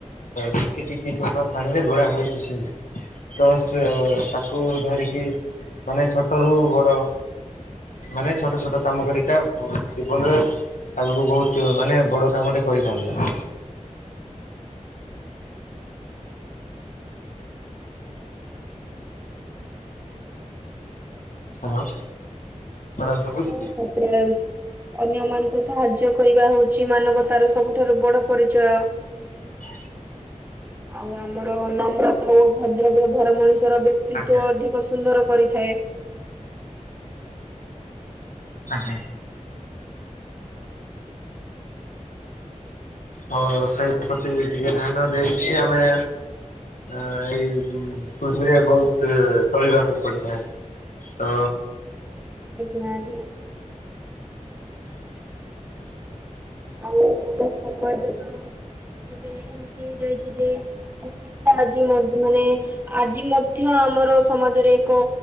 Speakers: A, on the left; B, on the right.
A: ଟିକେ ଟିକି ଟୋପ ପାଣିରେ ଗଢ଼ା ହେଇଛି ସିନ୍ଧୁ। ତ ସେ ତାକୁ ଧରିକି ମାନେ ଛୋଟରୁୁ ବଡ ମାନେ ଛୋଟ ଛୋଟ କାମ କରିକା ଜୀବନରେ ଆଗକୁ ବହୁତ ମାନେ ବଡ କାମଟେ କରିପାରିବା।
B: ହୁଁ ହୁଁଁ।
A: ହ୍ୟାଲୋ। ମ୍ୟାଡ଼ାମ ଶୁଭୁଛି?
B: ଆ ତାପରେ ଅନ୍ୟ ମାନଙ୍କୁ ସାହାଯ୍ୟ କରିବା ହଉଛି ମାନବତାର ସବୁଠାରୁ ବଡ ପରିଚୟ।
A: ହ
B: ଆଉ ଆମର ନମ୍ରତା ଓ ଭଦ୍ର ବ୍ୟବହାର ମଣିଷର ବ୍ୟକ୍ତି
A: ଆଜ୍ଞା
B: ବ୍ୟକ୍ତିତ୍ୱ ଅଧିକ ସୁନ୍ଦର କରିଥାଏ।
A: ଆଜ୍ଞା
B: ହୁଁ
A: ହ ସେଇ ପ୍ରତି ଟିକେ ଧ୍ୟାନ ଦେଇକି ଆମେ ଆ ଏଇ ପୃଥିବୀରେ ବହୁତ ଚଳିବାକୁ ପଡିଥାଏ। ତ
B: ଆଜ୍ଞା ଆଜ୍ଞା। ଆଉ ଆମ ସମାଜତ ଗୋଟେ ଏମିତି ହେଇ ଯାଇଛି ଯେ ପ୍ର ଶିକ୍ଷା ଆଜି ମାନେ ଆଜି ମଧ୍ୟ ଆମର ସମାଜରେ ଏକ